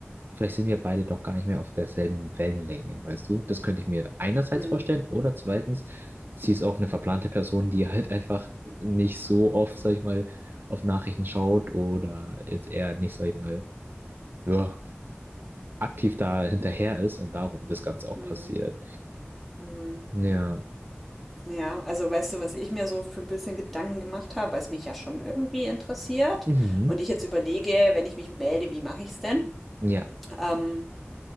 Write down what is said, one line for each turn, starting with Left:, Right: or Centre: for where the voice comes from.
Right: vielleicht sind wir beide doch gar nicht mehr auf derselben Wellenlänge, weißt du? Das könnte ich mir einerseits
Centre: Mhm.
Right: vorstellen oder zweitens, sie ist auch eine verplante Person, die halt einfach nicht so oft, sag ich mal, auf Nachrichten schaut oder jetzt eher nicht, sag ich mal, ja, aktiv da hinterher ist und darum das Ganze auch
Centre: Mhm.
Right: passiert.
Centre: Mhm.
Right: Ja,
Centre: Ja, also weißt du, was ich mir so für ein bisschen Gedanken gemacht habe, weil es mich ja schon irgendwie interessiert
Right: mhm,
Centre: und ich jetzt überlege, wenn ich mich melde, wie mache ich es denn?
Right: ja,
Centre: Ähm,